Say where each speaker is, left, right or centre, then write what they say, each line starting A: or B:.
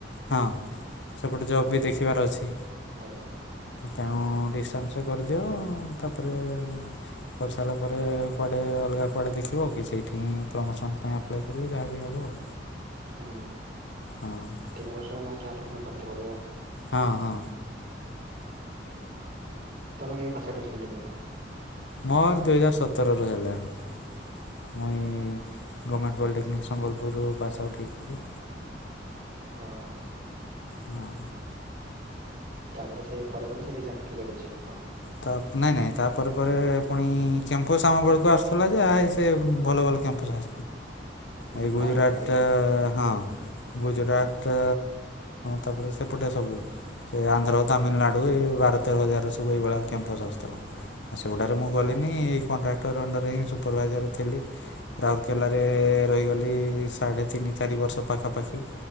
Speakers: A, on the left; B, on the right.
A: ହଁ, ସେପଟେ ଜବ୍ ବି ଦେଖିବାର ଅଛି।
B: ଆଜ୍ଞା
A: ତେଣୁ ଡିଷ୍ଟାନ୍ସ ରେ କରିଦିଅ। ତାପରେ କରିସାରିଲା ପରେ କୁଆଡ଼େ ଅଲଗା କୁଆଡ଼େ ଦେଖିବ। କି ସେଇଠିଁ ପ୍ରମୋସନ୍ ପାଇଁ ଆପ୍ଲାଏ କରିବ, ଯାହା ବିି ହେବ ଆଉ।
B: ହୁଁ,
A: ହଁ
B: ତିନି ବର୍ଷ ହେଲେ ଯାହେଲେ ପୁଣି କରତେ ପଡିବ।
A: ହଁ, ହଁ।
B: ତମେ, କେବେ ପାସ୍ ଆଉଟ୍ ହେଇଥିଲା?
A: ମୋର, ଦୁଇହଜାର ସତର ରୁ ହେଲାଣି। ମୁଇଁ ଗମେଣ୍ଟ ପଲିଟେକ୍ନିକ୍ ସମ୍ବଲପୁରରୁ ପାସ୍ ଆଉଟ୍ ହୋଇଥିଲି।
B: ଅ ହଁ।
A: ହଁ।
B: ତାପରେ ସେ ପରେ ପରେ ସେଠି ଚାକିରି କରିଦେଇଛି କଣ।
A: ତା ନାଇଁ ନାଇଁ ତାପରେ ପରେ ପୁଣି କ୍ୟାମ୍ପସ୍ ଆମ ବେଳକୁ ଆସୁଥିଲା ଯେ ଆ ସେ ଭଲ ଭଲ କ୍ୟାମ୍ପସ୍ ଆ
B: ହୁଁ
A: ଏଇ ଗୁଜୁରାଟ
B: ବାହାର କମ୍ପାନୀ ନା କଣ?
A: ହଁ ଗୁଜୁରାଟ
B: ହଁ
A: ଟା ତାପରେ ସେପଟେ ସବୁ ସେ ଆନ୍ଧ୍ର
B: ହୁଁ
A: ତାମିଲନାଡୁ ବାର ତେର ହଜାର ର ସବୁ ଏଇ ଭଳିଆ କ୍ୟାମ୍ପସ ଆସୁଥିଲା। ଆ ସେଗୁଡା ରେ ମୁଁ ଗଲିନି
B: ଓହୋ
A: କଣ୍ଟ୍ରା କ୍ଟର ଅଣ୍ଡର ହିଁ ସୁପରଭାଇଜର ଥିଲି। ରାଉରକେଲାରେ ରହିଗଲି ସାଢ଼େ ତିନି ଚାରି ବର୍ଷ ପାଖାପାଖି।